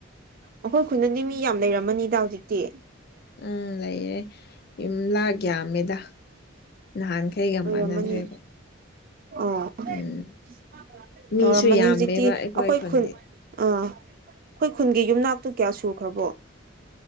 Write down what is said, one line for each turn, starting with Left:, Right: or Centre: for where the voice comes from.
Right: ꯑꯩꯈꯣꯏ ꯈꯨꯅꯗꯤ ꯃꯤ ꯌꯥꯝ ꯂꯩꯔꯝꯃꯅꯤꯗ ꯍꯧꯖꯤꯛꯇꯤ
Left: ꯎꯝ ꯂꯩꯔꯦ ꯌꯨꯝꯂꯥꯛ ꯌꯥꯝꯃꯦꯗ ꯅꯍꯥꯟꯈꯩꯒ
Right: ꯑꯣꯏꯔꯝꯃꯅꯤ
Left: ꯃꯥꯟꯅꯗ꯭ꯔꯦꯕ
Right: ꯑꯣ
Left: ꯎꯝ ꯃꯤꯁꯨ
Right: ꯇꯧꯔꯝꯃꯅꯤ
Left: ꯌꯥꯝꯃꯦꯕ
Right: ꯍꯧꯖꯤꯛꯇꯤ ꯑꯩꯈꯣꯏ
Left: ꯈꯨꯟꯗꯤ
Right: ꯈꯨꯟ ꯑꯥ ꯑꯩꯈꯣꯏ ꯈꯨꯟꯒꯤ ꯌꯨꯝꯅꯥꯛꯇꯨ ꯀꯌꯥ ꯁꯨꯈ꯭ꯔꯕꯣ